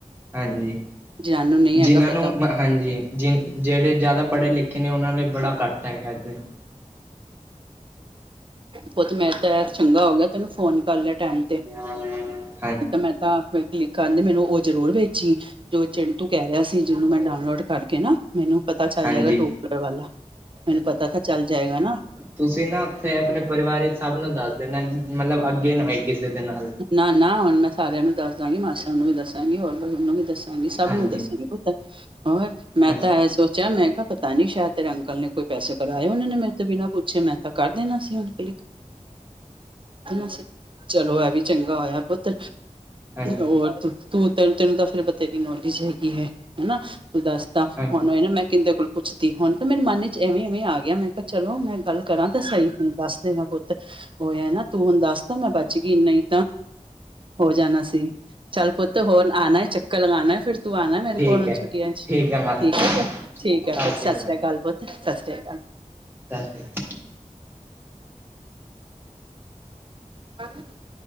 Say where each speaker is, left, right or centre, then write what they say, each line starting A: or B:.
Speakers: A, on the right; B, on the right.
A: ਹਾਂਜੀ,
B: ਜਿਹਨੂੰ ਨਹੀਂ
A: ਜਿਨਾਂ
B: ਹੈਗਾ
A: ਨੂੰ
B: ਪਤਾ
A: ਮ ਹਾਂਜੀ, ਜਿਨ ਜੇੜੇ ਜਯਾਦਾ ਪੜੇ ਲਿਖੇ ਨੇ ਓਨਾ ਲਈ ਬੜਾ ਘਾੱਟ ਹੈਗੈ ਐਦੇ।
B: ਪੋਤ ਮੈਂ ਤਾਂ ਐਸ ਚੰਗਾ ਓ ਗਯਾ ਤੈਨੂੰ ਫੋਨ ਕਾਰ ਲੇਆ ਟੈਮ ਤੇ।
A: <inaudible>
B: ਨੀ ਤਾ ਮੈਂ ਤਾ <unintelligible> ਕਲਿੱਕ ਕਾਰਨੀ ਮੈਨੂੰ ਓ ਜ਼ਰੂਰ ਵੇਚੀ ਜੋ ਚਿੰਨ ਤੂ ਕੈ ਰੇਆ ਸੀ ਜਿਨੂੰ ਮੈਂ ਡਾਊਨਲੋਡ ਕਾਰਕੇ ਨਾ, ਮੈਨੂੰ ਪਤਾ ਚਾਲ
A: ਹਾਂਜੀ
B: ਜਾਏਗਾ ਟਰੂ ਕੋਲਰ ਵਾਲਾ, ਮੈਨੂੰ ਪਤਾ ਤਾ ਚਾਲ ਜਾਏਗਾ ਨਾ।
A: ਤੁਸੀ ਨਾ ਓਥੇ ਅਪਨੇ ਪਰਿਵਾਰ ਇਚ ਸਬ ਨੂੰ ਦਾਸ ਦੇਨਾ ਮਲਬ ਅੱਗੇ ਨਾ ਹੋਏ ਕਿਸੇ ਦੇ ਨਾਲ।
B: ਨਾ ਨਾ ਹੋਨ ਮੈਂ ਸਾਰੇਆਂ ਨੂੰ ਦਾਸ ਦਾਗੀ ਮਾਸਾ ਨੂੰ ਵੀ ਦੱਸਾਗੀ ਹੋਰ <unintelligible> ਵੀ ਦੱਸਾ ਸਬ
A: ਹਾਂਜੀ
B: ਨੂੰ ਦੱਸਾਗੀ ਪੁਤ, ਹੋਰ ਮੈਂ
A: ਹਾਂਜੀ
B: ਤਾਂ ਐ ਸੋਚੇਆ ਮੈਂ ਕਯਾ ਪਤਾ ਨੀ ਸ਼ੈਦ ਤੇਰੇ ਅੰਕਲ ਨੇ ਕੋਈ ਪੈਸੇ ਕਡ੍ਹਾਏ ਓਨੇ ਨੇ ਮੇਰੇ ਤੋ ਬਿਨਾ ਪੁੱਛੇ ਮੈਂ ਤਾ ਕਾਰ ਦੇਨਾ ਸੀ ਹੋਨ ਕਲਿਕ। <unintelligible> ਚਲੋ ਐ ਵੀ। ਚੰਗਾ ਹੋਏਆ ਪੁੱਤ,
A: ਹਾਂਜੀ
B: ਓਰ ਤੂੰ ਤੂੰ ਤੇ ਤੈਨੂੰ ਤਾ ਫੇਰ ਬਥੇਰੀ ਨੌਲੇਜ ਹੈਗੀ ਹੇ ਹਨਾ ਤੂੰ ਦਾਸ ਤਾ,
A: ਹਾਂਜੀ
B: ਹੁਨ ਐਨੂੰ ਮੈਂ ਕਿਂਦੇ ਕੋਲ ਪੁੱਛਦੀ ਹੁਨ ਤਾ ਮੈਨੂੰ ਮਨ ਚ ਐਵੇ-ਐਵੇ ਆ ਗਯਾ ਮੈ ਕਯਾ ਚਲੋ ਮੈਂ ਗਾੱਲ ਕਰਾ ਤੇ ਸਈ ਹੁਨ ਦਾਸ ਦੇਗਾ। ਪੁਤ, ਹੋਯਾ ਨਾ ਤੂੰ ਹੁਨ ਦਾੱਸ ਤਾ ਮੈਂ ਬਾੱਚ ਗੀ ਨਈ ਹੋ ਜਾਨਾ ਸੀ। ਚੱਲ ਪੋਤ ਹੋਰ ਆਨਾ ਏ ਚੱਕਰ ਲਗਾਨਾ ਏ ਫੇਰ ਤੂੰ ਆਨੈ ਮੇਰੇ
A: ਠੀਕ
B: ਕੋਲ ਹੁਨ
A: ਹੈ
B: ਛੁੱਟੀਆਂ ਇਚ।
A: ਹੈ ਮਾਸੀ
B: ਠੀਕ
A: ਜੀ
B: ਏ ਪੋਤ, ਠੀਕ ਐ
A: ਸਤਿ
B: ਪੋਤ
A: ਸ਼੍ਰੀ
B: ਸਾਸ੍ਰੀ ਅਕਾਲ ਪੋਤ ਸਾਸ੍ਰੀ ਅਕਾਲ।
A: <inaudible>
B: <inaudible>